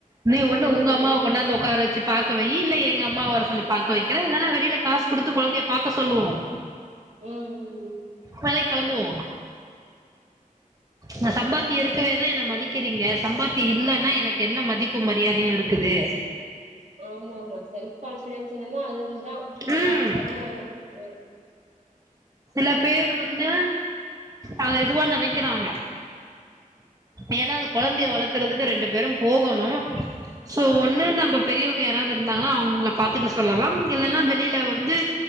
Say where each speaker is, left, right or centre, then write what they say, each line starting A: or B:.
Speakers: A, on the right; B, on the right.
A: நீ ஒன்னு
B: ம்
A: உங்க அம்மாவ கொண்டாந்து உட்கார வச் ச்சி பாக்க வையு இல்ல எங்க அம்மாவ வர சொல்லி பாக்க வக்கிற இல்லனா வெளில காசு குடுத்து குழந்தயப் பாக்க சொல்லுவோ
B: ம் ம் ம்
A: வேலைக் கெளம்புவோ நா சம்பாத்தி இருக்கவே தா என்ன மதிக்கிறீங்க சம்பாத்தி இல்லனா எனக்கு என்ன மதிப்பு மரியாதையும் இருக்குது
B: ஆமாமா செல்ஃப் கான்ஃபிடன்ஸ் என்னமோ அது இருந் தா சம்பாரிச்சா
A: ம்
B: தா வரும் ம்
A: சில பேர் வந்து அத இதுவா நனைக்கிறாங்க ஏன்னா அது குழந்தைய வளக்கறதுக்கு ரெண்டு பேரும் போகணும் சோ ஒண்ணு நம்ம பெரியவங்க யாராவது இருந்தாங்னா அவுங்கள பாத்துக்க சொல்லலா இல்லனா வெளில வந்து